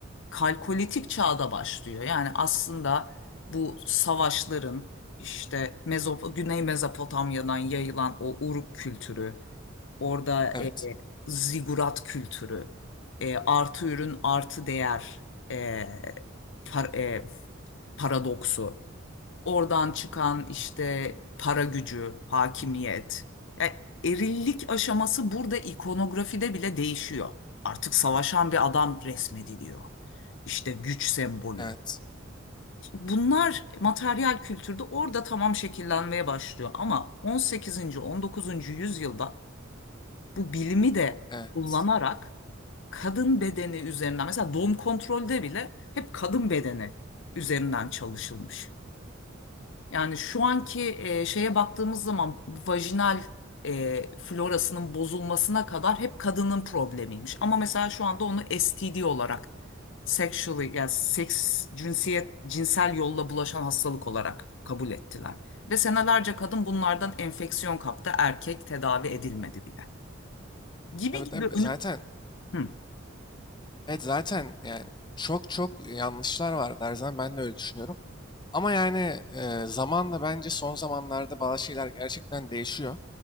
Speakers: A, on the left; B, on the left.
A: kalkolitik çağda başlıyor. Yani aslında bu savaşların işte Mezop Güney Mezopotamya'dan yayılan o Uruk kültürü, orada
B: Evet.
A: e, zigurat kültürü, e, artı ürün artı değer e, par- e, paradoksu. Oradan çıkan işte para gücü, hakimiyet. Yani erillik aşaması burada ikonografide bile değişiyor. Artık savaşan bir adam resmediliyor. İşte güç sembolü.
B: Evet.
A: Bunlar materyal kültürde orada tamam şekillenmeye başlıyor ama 18. 19. yüzyılda bu bilimi de
B: Evet.
A: kullanarak kadın bedeni üzerinden mesela doğum kontrolde bile hep kadın bedeni üzerinden çalışılmış. Yani şu anki e, şeye baktığımız zaman vajinal e, florasının bozulmasına kadar hep kadının problemiymiş. Ama mesela şu anda onu STD olarak sexually yani seks cinsiyet cinsel yolla bulaşan hastalık olarak kabul ettiler. Ve senelerce kadın bunlardan enfeksiyon kaptı, erkek tedavi edilmedi bile. Gibi
B: Tabii
A: gibi
B: tabii
A: önü...
B: zaten
A: Hı,
B: evet zaten yani çok çok yanlışlar var Derzan ben de öyle düşünüyorum. Ama yani e, zamanla bence son zamanlarda bazı şeyler gerçekten değişiyor.